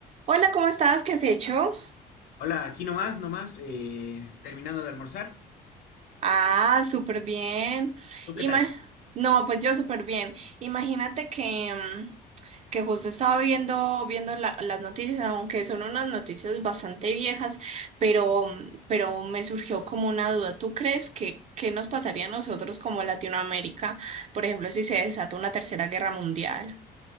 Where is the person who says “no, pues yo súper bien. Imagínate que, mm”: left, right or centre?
Right